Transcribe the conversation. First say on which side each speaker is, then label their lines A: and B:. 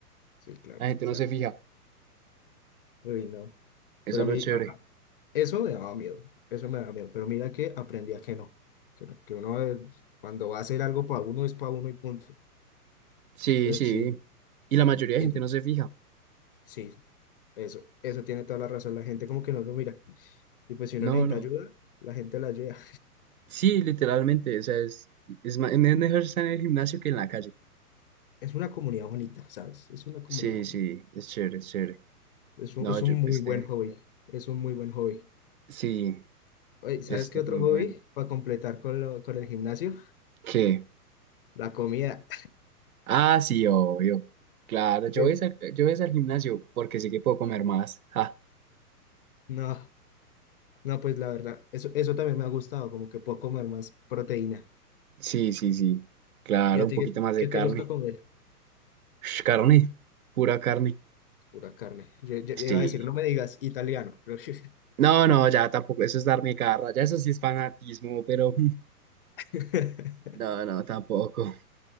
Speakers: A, on the left; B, on the right.
A: Sí, claro,
B: La gente
A: o
B: no
A: sea.
B: se fija,
A: Uy, no.
B: eso
A: Pero
B: es
A: a mí,
B: lo chévere.
A: a- eso me daba miedo, eso me daba miedo. Pero mira que aprendí a que no, que, no- que uno eh, cuando va a hacer algo para uno es para uno y punto.
B: Sí,
A: Entonces
B: sí,
A: sí,
B: y la mayoría de
A: eso,
B: gente no se fija.
A: sí, eso, eso tiene toda la razón. La gente como que no lo mira. Y pues si
B: No,
A: uno necesita
B: no.
A: ayuda, la gente la ayuda.
B: Sí, literalmente, o sea, es, es, ma- es mejor estar en el gimnasio que en la calle.
A: Es una comunidad bonita, ¿sabes? Es una comunidad
B: Sí,
A: bonita.
B: sí, es chévere, es chévere.
A: Es
B: No,
A: un, es
B: yo
A: un
B: empecé.
A: muy buen hobby, es un muy buen hobby.
B: Sí,
A: Oye, ¿sabes
B: es,
A: qué
B: es
A: otro
B: muy
A: hobby?
B: bueno.
A: Para completar con, lo- con el gimnasio,
B: ¿Qué?
A: la comida.
B: Ah, sí, obvio. Claro, yo
A: <laughs>
B: voy al, yo voy al gimnasio porque sé que puedo comer más. Ah,
A: No. No, pues la verdad, eso, eso también me ha gustado, como que puedo comer más proteína.
B: sí, sí, sí. Claro,
A: ¿Y a
B: un
A: ti
B: poquito
A: qué,
B: más de
A: qué
B: carne.
A: te gusta comer?
B: Ush, carne, pura carne.
A: Pura carne. Yo, yo- yo
B: Sí.
A: iba a decir, no me digas italiano. creo que-
B: No, no, ya tampoco. Eso es darme garra. Ya eso sí es fanatismo, pero
A: <laughs>
B: <laughs> no, no, tampoco.